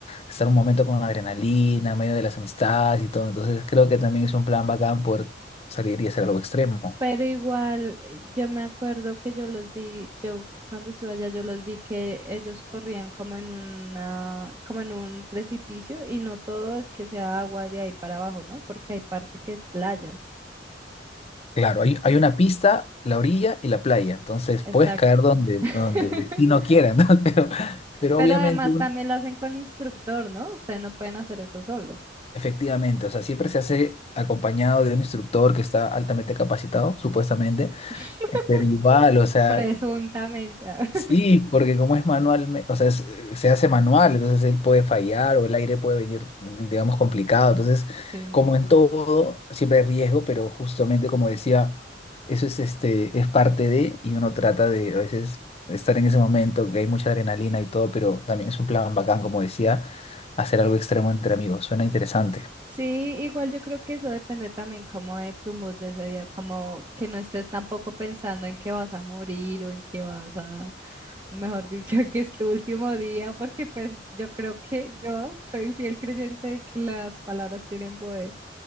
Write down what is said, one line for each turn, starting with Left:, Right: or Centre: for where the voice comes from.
Left: estar un momento con adrenalina, en medio de las amistades y todo, entonces creo que también es un plan bacán poder salir y hacer algo extremo.
Right: Pero igual, eh, yo me acuerdo que yo los vi, yo cuando estuve allá, yo los vi que ellos corrían como en una, como en un precipicio y no todo es que sea agua de ahí para abajo, ¿no? Porque hay parte que es playa,
Left: Claro, hay, hay
Right: ¿no?
Left: una pista, la orilla y la playa, entonces
Right: Exacto.
Left: puedes caer donde,
Right: <laughs>
Left: donde el destino quiera, ¿no? <laughs> Pero, pero
Right: Pero
Left: obviamente...
Right: además
Left: un-
Right: también lo hacen con instructor, ¿no? Ustedes no pueden hacer eso solo.
Left: Efectivamente, o sea, siempre
Right: Mm.
Left: se hace acompañado de un instructor que está altamente capacitado, supuestamente,
Right: <laughs>
Left: eh, pero igual, o sea,
Right: Presuntamente. ah. <laughs>
Left: sí, porque como es manual, me- o sea, es- eh, se hace manual, entonces él puede fallar o el aire puede venir, digamos, complicado, entonces,
Right: Sí.
Left: como en todo, siempre hay riesgo, pero justamente como decía, eso es, este, es parte de, y uno trata de a veces estar en ese momento, que hay mucha adrenalina y todo, pero también es un plan bacán, como decía, hacer algo extremo entre amigos, suena interesante.
Right: Sí, igual yo creo que eso depende también como de tu mood de ese día, como que no estés tampoco pensando en que vas a morir o en que vas a, mejor dicho, <laughs> que es tu último día, porque pues yo creo que yo soy fiel creyente de que las palabras tienen poder.